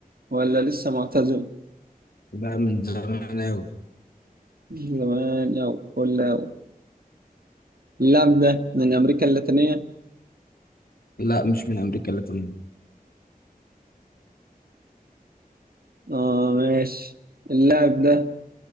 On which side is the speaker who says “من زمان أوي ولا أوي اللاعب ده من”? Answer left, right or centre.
Right